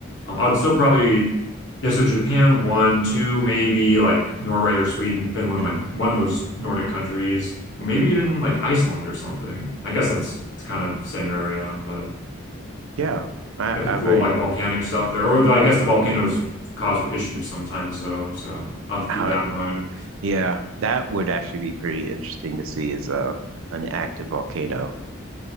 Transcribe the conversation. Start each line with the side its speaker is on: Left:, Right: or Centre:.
Left: Um, I'd still probably yeah, so Japan one, two, maybe like Norway or Sweden, Finland,
Right: hmm
Left: like one of those Nordic countries, or maybe even like Iceland or something. I guess that's it's kind of same area, but
Right: yeah. I
Left: got the
Right: I
Left: cool
Right: mean,
Left: like volcanic stuff there. Or though I guess the volcanoes cause issues sometimes though, so I'll have to keep
Right: how,
Left: that in mind.
Right: yeah. That would actually be pretty interesting to see as uh an active volcano.